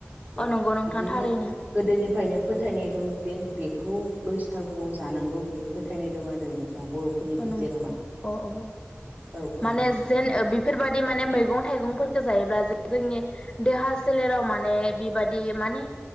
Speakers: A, on the right; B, on the left.
A: औ
B: नंगौ नोंथां
A: बिदिनो
B: थारैनो
A: गोदोनिफ्रायनो फोथायनाय दं जेन बेखौ बैसागुआव जानांगौ बे फोथायनाय दं आरो नो थां बरफोरनि
B: औ
A: गेजेराव
B: नं
A: माने
B: अ अ
A: औ औ
B: माने
A: नोंथां
B: जेन बिफोरबा दि माने मैगं थाइगंफोरखौ जायोब्ला जोंनि देहा सोलेराव माने बेबादि माने